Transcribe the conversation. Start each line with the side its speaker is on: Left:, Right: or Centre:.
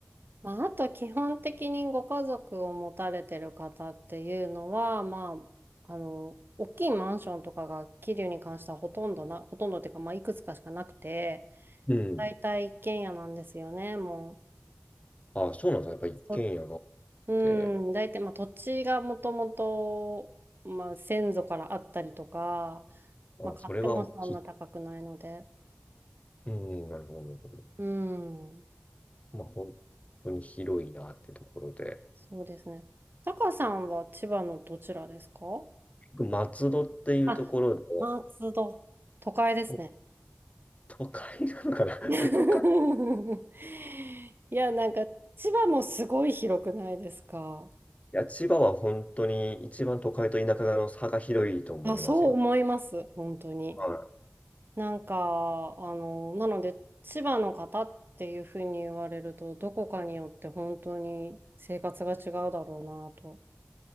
Right: まあ、あと、基本的にご家族を持たれてる方っていうのは、まあ、あの、大きいマンションとかが、桐生に関してはほとんどな、ほとんどっていうか、まあ、いくつかしかなくて、
Left: うん。
Right: 大体一軒家なんですよね、もう。
Left: ああ、そうなんだ。やっぱ一軒家があっ
Right: そう
Left: て、
Right: ん、大体、まあ、土地がもともと、まあ、先祖からあったりとか、まあ、
Left: ああ、
Right: 買ってもそんな高くないので。
Left: それは大きい。うん、なるほど、なるほど。
Right: うん。
Left: まあ、本当に広いなってところで。
Right: そうですね。タカさんは千葉のどちらですか
Left: 松戸っていうところで、
Right: あ、松戸。都会ですね。
Left: もう都会なのかな
Right: <laughs>
Left: <laughs> 都会。
Right: いや、なんか、千葉もすごい広くないですか
Left: いや、千葉は本当に一番都会と田舎の差が広いと思いますよ。
Right: あ、そう思います。本当に。
Left: はい
Right: なんか、あの、なので、千葉の方っていうふうに言われると、どこかによって本当に生活が違うだろうなと。